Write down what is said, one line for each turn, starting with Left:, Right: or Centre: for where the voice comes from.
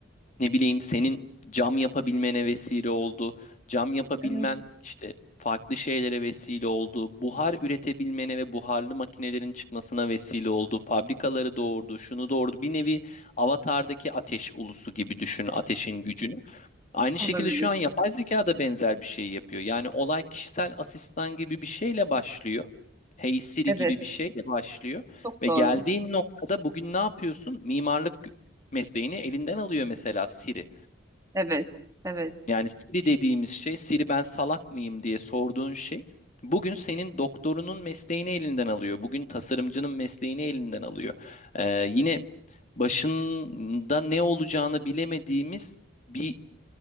Left: ne bileyim senin cam yapabilmene vesile oldu. Cam yapabilmen
Right: evet
Left: işte farklı şeylere vesile oldu. Buhar üretebilmene ve buharlı makinelerin çıkmasına vesile oldu. Fabrikaları doğurdu, şunu doğurdu. Bir nevi Avatar'daki ateş ulusu gibi düşün ateşin gücünü. Aynı
Right: olabilir.
Left: şekilde şu an yapay zeka da benzer bir şey yapıyor. Yani olay kişisel asistan gibi bir şeyle başlıyor. Hey Siri
Right: Evet,
Left: gibi bir şeyle başlıyor.
Right: çok
Left: Ve
Right: doğru.
Left: geldiğin noktada bugün ne yapıyorsun? Mimarlık mesleğini elinden alıyor mesela Siri.
Right: Evet, evet.
Left: Yani Siri dediğimiz şey, Siri ben salak mıyım diye sorduğun şey bugün senin doktorunun mesleğini elinden alıyor. Bugün tasarımcının mesleğini elinden alıyor. Ee, yine başında ne olacağını bilemediğimiz bir